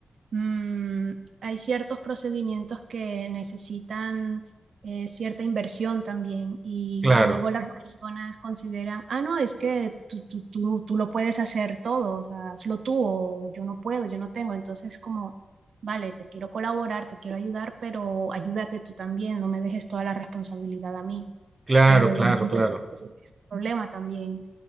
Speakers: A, on the right (about 70°); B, on the right (about 30°).
A: Mm, hay ciertos procedimientos que necesitan eh, cierta inversión también y
B: Claro,
A: luego las Ujú. personas consideran, ah, no, es que tú, tú, tú, tú lo puedes hacer todo, o sea, hazlo tú o yo no puedo, yo no tengo. Entonces como, vale, te quiero colaborar, te quiero ayudar, pero ayúdate tú también, no me dejes toda la responsabilidad a mí,
B: claro,
A: porque luego
B: claro,
A: pues, Ujú.
B: claro.
A: es un problema también.